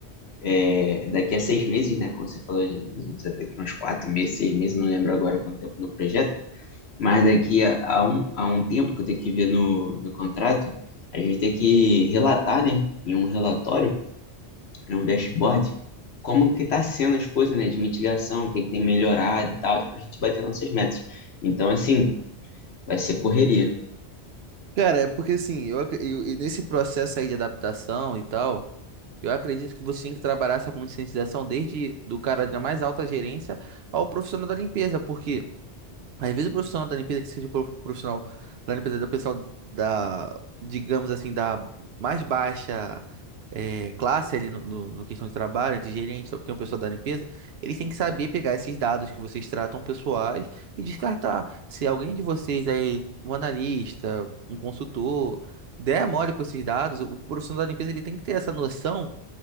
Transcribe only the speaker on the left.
é, daqui a seis meses, né? Como você falou, a gente a gente já tá aqui uns quatro meses, seis meses, não lembro agora quanto tempo no projeto. Mas daqui a, a um, a um tempo que eu tenho que ver no, no contrato, a gente tem que relatar, né? Em um relatório, em um dashboard, como que tá sendo as coisas, né? De mitigação, o que que tem melhorado e tal, para a gente bater nossas metas. Então, assim, Vai ser correria.